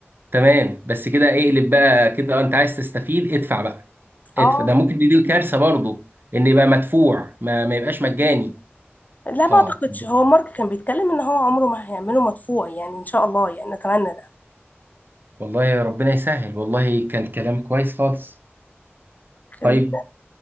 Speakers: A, on the right; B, on the left.
A: تمام بس كده اقلب بقى كده انت عايز تستفيد ادفع بقى
B: اه
A: ادفع ده ممكن دي, دي كارثه برضو ان يبقى مدفوع ما, ما يبقاش مجاني
B: لا ما
A: اه
B: اعتقدش هو مارك كان بيتكلم ان هو عمره ما هيعمله مدفوع يعني ان شاء الله يعني نتمنى ده
A: والله يا ربنا يسهل والله كان كلام كويس خالص
B: خليك
A: طيب